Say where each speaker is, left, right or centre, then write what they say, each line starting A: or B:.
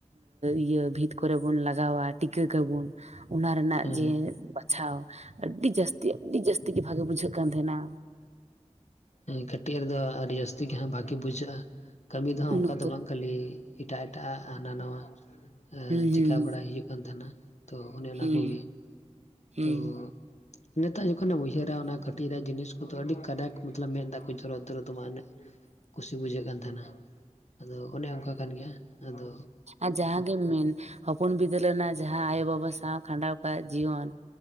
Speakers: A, on the right (about 65°); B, on the left (about 65°).
A: ᱤᱭᱟᱹ ᱵᱷᱤᱛ ᱠᱚᱨᱮ ᱵᱚᱱ ᱞᱟᱜᱟᱣᱟ ᱴᱤᱠᱟᱹᱠ ᱟᱵᱚᱱ ᱚᱱᱟ ᱨᱮᱱᱟᱜ
B: ᱦᱩᱸ
A: ᱡᱮ ᱵᱟᱪᱷᱟᱣ ᱟᱹᱰᱤ ᱡᱟᱹᱥᱛᱤ ᱟᱹᱰᱤ ᱡᱟᱹᱥᱛᱤ ᱜᱮ ᱵᱷᱟᱜᱮ ᱵᱩᱡᱷᱟᱹᱜ ᱠᱟᱱ ᱛᱟᱦᱮᱸᱱᱟ᱾
B: ᱦᱩᱸ ᱠᱟᱹᱴᱤᱡ ᱨᱮᱫᱚ ᱟᱹᱰᱤ ᱡᱟᱹᱥᱛᱤ ᱜᱮ ᱵᱷᱟᱹᱜᱮ ᱵᱩᱡᱷᱟᱹᱜᱼᱟ᱾ ᱠᱟᱹᱢᱤ ᱫᱚ ᱦᱟᱸᱜ
A: ᱩᱱ
B: ᱚᱱᱝᱠᱟ
A: ᱚᱠᱛᱚ
B: ᱫᱚ ᱵᱟᱝ ᱠᱷᱟᱹᱞᱤ ᱮᱴᱟᱜ ᱮᱴᱟᱜᱼᱟᱜ ᱦᱟᱱᱟ ᱱᱟᱣᱟ
A: ᱨᱮ᱾
B: ᱟᱸ ᱪᱮᱠᱟ
A: ᱦᱩᱸ
B: ᱵᱟᱲᱟᱭ ᱦᱩᱭᱩᱜ ᱠᱟᱱ ᱛᱟᱦᱮᱸᱱᱟ ᱛᱚ ᱚᱱᱮ ᱚᱱᱟ
A: ᱦᱩᱸ ᱦᱩᱸ
B: ᱠᱚᱜᱮ
A: ᱦᱩᱸ
B: ᱛᱚ
A: ᱦᱩᱸ
B: ᱱᱤᱛᱚᱜ ᱡᱚᱠᱷᱚᱱᱮᱢ ᱩᱭᱦᱟᱹᱨᱟ ᱚᱱᱟ ᱠᱟᱹᱴᱤᱡ ᱨᱮᱭᱟᱜ ᱡᱤᱱᱤᱥ ᱠᱚᱫᱚ ᱟᱹᱰᱤ ᱠᱟᱰᱟᱠ ᱢᱚᱛᱞᱚᱵ ᱢᱮᱫᱟᱜ ᱠᱚ ᱡᱚᱨ ᱩᱛᱟᱹᱨᱚᱜ ᱛᱟᱢᱟ ᱮᱱᱮ ᱠᱩᱥᱤ ᱵᱩᱡᱷᱟᱹᱜ ᱠᱟᱱ ᱛᱟᱦᱮᱱᱟ ᱟᱫᱚ ᱚᱱᱮ ᱚᱱᱠᱟ ᱠᱟᱱ ᱜᱮᱭᱟ ᱟᱫᱚᱼᱼ
A: ᱟᱨ ᱡᱟᱦᱟᱸ ᱜᱮᱢ ᱢᱮᱱ ᱦᱚᱯᱚᱱ ᱵᱤᱫᱟᱹᱞ ᱨᱮᱱᱟᱜ ᱡᱟᱦᱟᱸ ᱟᱭᱳ ᱵᱟᱵᱟ ᱥᱟᱶ ᱠᱷᱟᱸᱰᱟᱣ ᱠᱟᱜ ᱡᱤᱭᱚᱱ